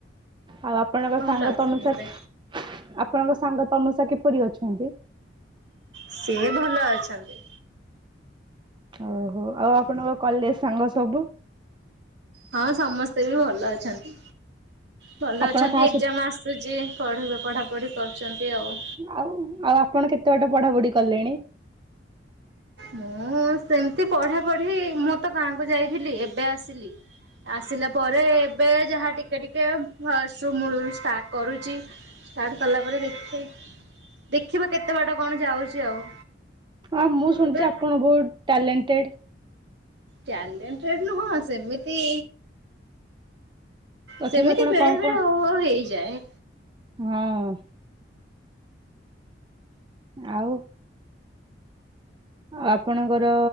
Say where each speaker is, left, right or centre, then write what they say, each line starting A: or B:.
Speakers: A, on the right; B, on the right.
A: ଆଉ ଆପଣଙ୍କ
B: ଭଲ
A: ସାଙ୍ଗ ତମେ
B: ସମସ୍ତେ
A: ଆପଣଙ୍କ ସାଙ୍ଗ ତନୁଷା କିପରି ଅଛନ୍ତି।
B: ସିଏ ଭଲ ଅଛନ୍ତି।
A: ଓହୋ ଆଉ ଆପଣଙ୍କ କଲେଜ ସାଙ୍ଗ ସବୁ
B: ହଁ ସମସ୍ତେ ବି ଭଲ ଅଛନ୍ତି। ଭଲ
A: ଆପଣ
B: ଅଛନ୍ତି
A: କାହା ସହିତ
B: ଏକ୍ଜାମ ଆସୁଛି ପଢ ପଢା ପଢ଼ି ପାରୁଛନ୍ତି ଆଉ
A: ଆଉ ଆଉ ଆପଣ କେତେ ବାଟ ପଢାପଢି କଲେଣି
B: ମୁଁ ସେମିତି ପଢାପଢି ମୁଁ ତ ଗାଁକୁ ଯାଇଥିଲି ଏବେ ଆସିଲି ଆସିଲା ପରେ ଏବେ ଯାହା ଟିକେ ଟିକେ ଫଷ୍ଟ ର ମୂଳରୁ ଷ୍ଟାର୍ଟ କରୁଛି ଷ୍ଟାର୍ଟ କଲା ପରେ ଦେଖ ଦେଖିବା କେତେ ବାଟ କଣ ଯାଉଛି ଆଉ
A: ହଁ ମୁଁ ଶୁଣିଛି
B: ଏବେ
A: ଆପଣ ବହୁତ ଟ୍ୟାଲେଣ୍ଟେଡ
B: କ୍ୟାରେଡ ନୁହଁ ସେମିତି
A: ତଥାପି
B: ସେମିତି
A: ଆପଣ
B: ବେଳେ
A: କଣ କଣ
B: ବେଳେ ହଉ ହ ହେଇଛି। ଯାଏ।
A: ହଁ ଆଉ ଆପଣଙ୍କର